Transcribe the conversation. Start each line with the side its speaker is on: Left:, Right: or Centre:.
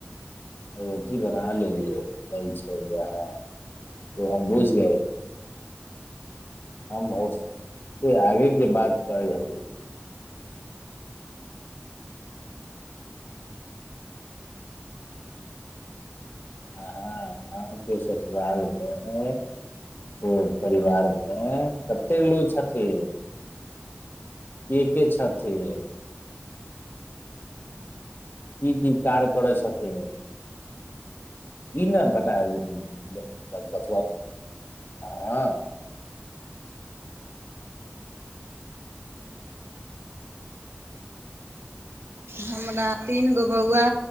Left: रोटी बना लेलियै दै छै इहाँ। त हम बुझ गए। हम ओसे आगे। जे बात कह हेथिन। अहाँ अहाँके ससुरालमे परिवारमे कतेक लोको छथिन। के के छथिन की की कार्य करय छथिन। ई नाम बता देथिन। त हँ।
Right: हमरा तीन गो बौआ